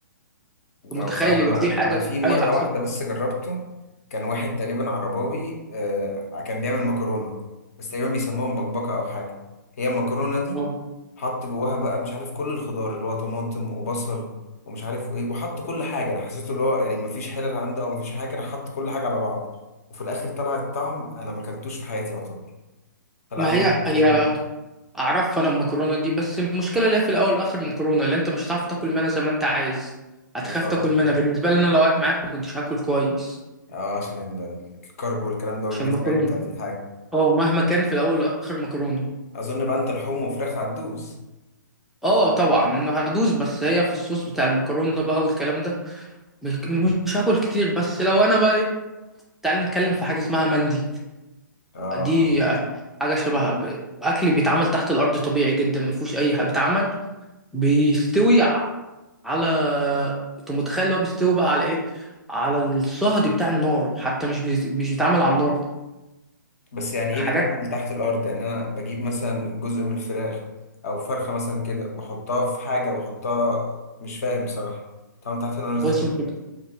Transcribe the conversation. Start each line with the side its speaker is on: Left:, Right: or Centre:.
Left: ده
Centre: أنت متخيل
Left: بصراحة
Centre: يبقى
Left: أنا
Centre: في حاجه
Left: أنا
Centre: صحيه
Left: في مرة
Centre: احسن
Left: واحدة بس جربته كان واحد تقريبا عرباوي آه كان بيعمل مكرونة بس تقريبا بيسموها مبكبكة أو حاجة هي المكرونة دي
Centre: مم.
Left: حط جواها بقى مش عارف كل الخضار اللي هو طماطم وبصل ومش عارف وإيه وحط كل حاجة أنا حسيته اللي هو يعني مفيش حلل عنده أو مفيش حاجة راح حط كل حاجة على بعض وفي الآخر طلع الطعم أنا ما أكلتوش في حياتي يعتبر فلا
Centre: ما
Left: هم
Centre: هي
Left: محفوظين
Centre: هي اعرف انا المكرونه دي بس المشكله اللي هي في الاول والاخر مكرونه اللي انت مش هتعرف تاكل منها زي ما انت عايز هتخاف
Left: آه
Centre: تاكل منها بالنسبه لي انا لو قعدت معاك ما كنتش هاكل كويس
Left: آه، عشان ال- ال- الكرب والكلام ده والنسبة
Centre: عشان المكرونه
Left: يعني بتاعت الحاجة
Centre: اه مهما كان في الاول والاخر مكرونه
Left: أظن بقى أنت لحوم وفراخ هتدوس
Centre: اه طبعا هدوس بس هي في الصوص بتاع المكرونه بقى والكلام ده مش مش هاكل كتير بس لو انا بقى ايه تعال نتكلم في حاجه اسمها مندي
Left: آه
Centre: دي حاجة شبه ب- أكل بيتعمل تحت الأرض طبيعي جدا ما فيهوش أي حاجة بيتعمل بيستوي ع- على أنت متخيل اللي هو بيستوي بقى على إيه؟ على الصهد بتاع النار حتى مش بي... مش بيتعمل على النار
Left: بس يعني ايه
Centre: حاجات
Left: بيتعمل تحت الارض يعني انا بجيب مثلا جزء من الفراخ او فرخه مثلا كده واحطها في حاجه واحطها مش فاهم بصراحه اتعمل تحت النار ازاي
Centre: بص أنت-